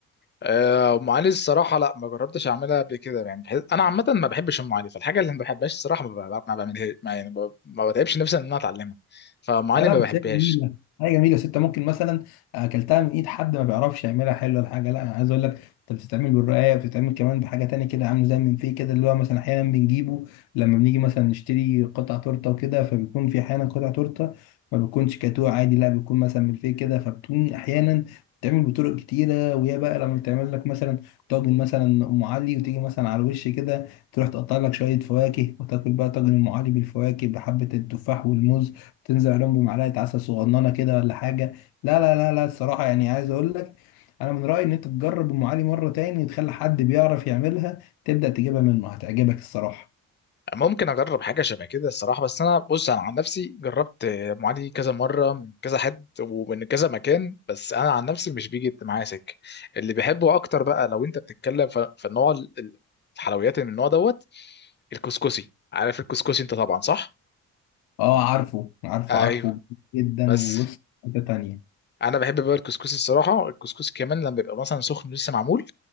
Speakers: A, on the left; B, on the left.
A: آه، ام علي الصراحه لا ما جربتش اعملها قبل كده يعني بحس... انا عامه ما بحبش ام علي فالحاجه اللي ما بحبهاش الصراحه ما, ب... ما بعملها ما يعني ب... ما بتعبش نفسي ان انا اتعلمها فام علي
B: لا لا
A: ما
B: بس
A: بحبهاش
B: هي جميلة هي جميلة بس انت ممكن مثلا اكلتها من ايد حد ما بيعرفش يعملها حلوة ولا حاجة لا أنا عايز اقول لك انت بتتعمل بالرقاية بتتعمل كمان بحاجة تانية كده عامل زي من فيه كده اللي هو مثلا احيانا بنجيبه لما بنيجي مثلا نشتري قطع تورتة وكده فبيكون في احيانا قطع تورتة ما بيكونش كاتوه عادي لا بيكون مثلا من فيه كده فبتكون احيانا بتعمل بطرق كتيرة وهي بقى لما بتعمل لك مثلا طاجن مثلا ام علي وتيجي مثلا على الوش كده تروح تقطع لك شوية فواكه وتاكل بقى طاجن ام علي بالفواكه بحبة التفاح والموز تنزل عليهم بمعلقه عسل صغننه كده ولا حاجه لا لا لا لا الصراحه يعني عايز اقول لك انا من رايي ان انت تجرب ام علي مره تاني وتخلي حد بيعرف يعملها تبدا تجيبها منه هتعجبك الصراحه
A: ممكن اجرب حاجه شبه كده الصراحه بس انا بص انا عن نفسي جربت آه، ام علي كذا مره من كذا حد ومن كذا مكان بس انا عن نفسي مش بيجي معايا سكه اللي بحبه اكتر بقى لو انت بتتكلم ف... في النوع ال- ال- الحلويات اللي من النوع دوت الكسكسي عارف الكسكسي انت طبعا صح
B: اه عارفه عارفه
A: ايوه
B: عارفه جدا
A: بس
B: وبص حته تانيه ان
A: انا بحب بقى الكسكسي الصراحه الكسكسي كمان لما بيبقى مثلا سخن لسه معمول